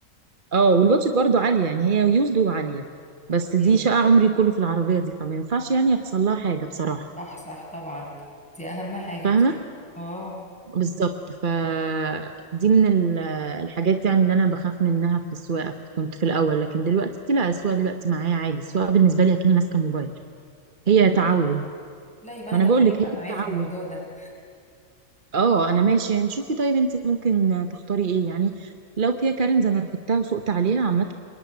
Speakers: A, on the right (about 40°); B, in the centre.
A: اه والبادجت برضه عالية يعني هي يوزد وعالية بس
B: اوكي
A: دي شقة عمري كله في العربية دي فما ينفعش يعني يحصل لها حاجة بصراحة
B: صح صح طبعا دي اهم حاجة
A: فاهمة
B: بصراحة اه
A: بالظبط فدي من ال- الحاجات يعني اللي أنا بخاف منها في السواقة كنت في الأول لكن دلوقتي لا السواقة دلوقتي معايا عادي السواقة بالنسبة لي أكني ماسكة الموبايل
B: طب
A: هي
B: حلو
A: تعود
B: جدا لا يبقى
A: ما
B: انا
A: أنا بقول
B: دخلك
A: لك
B: بقى
A: هي
B: معايا
A: تعود
B: في الموضوع ده
A: اه أنا ماشي يعني شوفي طيب أنت ممكن تختاري إيه يعني لو كيا كارنز أنا ركبتها وسقت عليها عامة